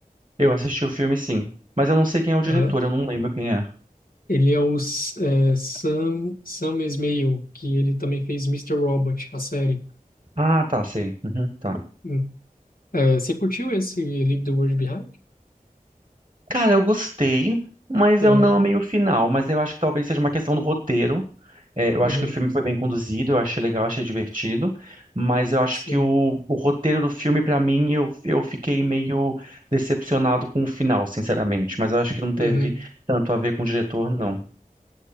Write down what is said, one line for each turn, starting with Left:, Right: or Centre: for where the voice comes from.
Right: Eu assisti o filme, sim. Mas eu não sei quem é o diretor,
Left: Aham.
Right: eu não lembro quem é.
Left: Ele é o S- é, Sam, Sam Esmail, que ele também fez Mr. Robot, a série.
Right: Ah, tá, sei. Uhum, tá.
Left: Hum. É, você curtiu esse Leave the World Behind?
Right: Cara, eu gostei, mas
Left: Aham.
Right: eu não amei o final. Mas eu acho que talvez seja uma questão do roteiro. É, eu
Left: Uhum.
Right: acho que o filme foi bem conduzido, eu achei legal, achei divertido. Mas eu acho
Left: Sim.
Right: que o, o roteiro do filme, pra mim, eu, eu fiquei meio decepcionado com o final, sinceramente. Mas eu acho que não teve
Left: Uhum.
Right: tanto a ver com o diretor, não.